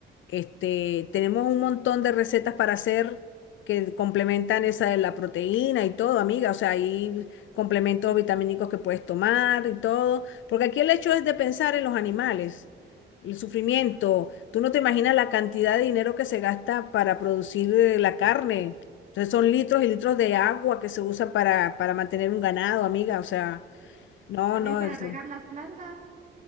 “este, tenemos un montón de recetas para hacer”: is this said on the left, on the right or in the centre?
Left